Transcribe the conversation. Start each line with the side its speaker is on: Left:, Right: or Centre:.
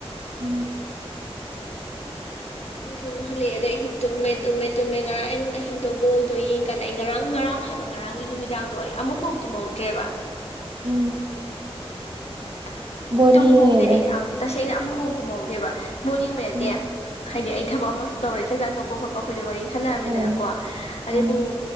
Right: ꯎꯝ
Left: ꯑꯗꯨꯝꯕꯁꯨꯨꯝ ꯍꯂꯛꯑꯦ ꯑꯗ ꯑꯩꯁꯨ ꯇꯨꯝꯃꯦ ꯇꯨꯝꯃꯦ ꯇꯨꯝꯃꯦ ꯉꯔꯥꯡ ꯑꯪ ꯑꯍꯤꯡꯗꯣ ꯕꯣꯗꯣ ꯌꯦꯡꯀꯥꯟꯗ ꯑꯩ ꯉꯔꯥꯡ ꯉꯔꯥꯡ ꯥꯡ ꯍꯥꯏꯕ ꯉꯔꯥꯡꯒꯤ ꯅꯨꯃꯤꯗꯥꯡꯗꯣ ꯑꯩ ꯑꯃꯨꯛꯐꯥꯎ ꯇꯨꯝꯍꯧꯗ꯭ꯔꯦꯕ
Right: ꯎꯝ
Left: <unintelligible>
Right: ꯕꯣꯅꯤꯒꯥꯏꯗꯣ
Left: ꯇꯨꯝꯍꯧꯗꯦ ꯑꯩ ꯑꯪ ꯇꯁꯦꯡꯅ ꯑꯃꯐꯥꯎ ꯇꯨꯝꯍꯧꯗꯦꯕ ꯕꯣꯜ ꯌꯦꯡꯕ ꯅꯠꯇꯦ
Right: ꯎꯝ
Left: ꯍꯥꯏꯗꯤ ꯑꯩ ꯊꯕꯛ ꯑꯃꯁꯨ ꯇꯧꯔꯦ ꯆꯥꯛꯆꯥ ꯇꯣꯛꯄ ꯈꯣꯠꯄ ꯑꯩꯈꯣꯏꯗ ꯋꯥꯔꯤ ꯁꯥꯟꯅꯔꯝꯃꯤꯗꯅꯀꯣ
Right: ꯍꯣꯏ
Left: ꯑꯗꯩ
Right: ꯑꯥ
Left: ꯄꯨꯡ